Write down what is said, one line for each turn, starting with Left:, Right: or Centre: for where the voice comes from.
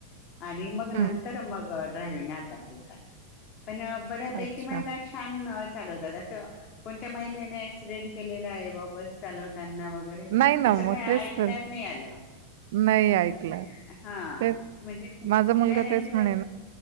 Left: आणि मग नंतर
Right: हं.
Left: मग अ ड्रायव्हिंग हातात घेतात. पण बऱ्यापैकी
Right: अच्छा.
Left: महिला छान अ चालवतात असं. कोणत्या महिलेने ॲक्सिडन्ट केलेला आहे बुवा बस चालवताना ना वगैरे,
Right: नाही ना
Left: असं
Right: मग
Left: काही
Right: तेच
Left: ऐकण्यात
Right: तर.
Left: नाही आलं.
Right: नाही
Left: म्हणजे
Right: ऐकलं.
Left: हा,
Right: तेच.
Left: म्हणजे त्या
Right: माझा मुलगा
Left: त्यांची
Right: तेच
Left: जबाब
Right: म्हणे